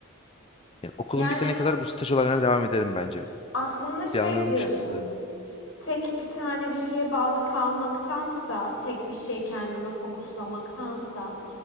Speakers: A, on the left (about 25°); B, on the left (about 80°).
A: Yani okulum
B: Yani
A: bitene kadar bu staj olaylarına devam ederim bence.
B: aslında şey
A: Planlarım
B: diyorsun.
A: bu şekilde.
B: tek bir tane bir şeye bağlı kalmaktansa, tek bir şeye kendime fokuslamaktansa,